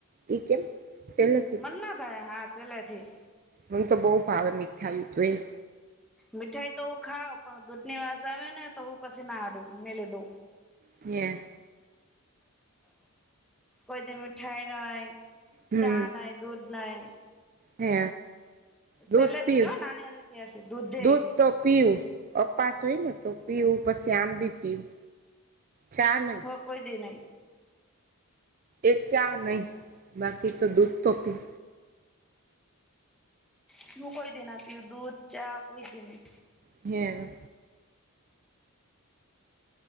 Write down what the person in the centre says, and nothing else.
મન્ના ભાવે. હા, પેલે થી.
મીઠાઈ તો હુ ખાાવ પણ દૂધ ની વાસ આવે ને તો, હું પસી નાડું ની લીધુ.
<unintelligible> કોઈ દિ મિઠાઈ ના ઓઈ,
ચા નઈ. દૂધ નઈ.
પેલે
થી જ ઓ, નાની અતી ત્યારથી દૂધેય
નઈ.
ઓ કોય દિ નઈ.
હું કોઈ દિ ના પીવ દૂધ, ચા કોઈ દિ નઈ.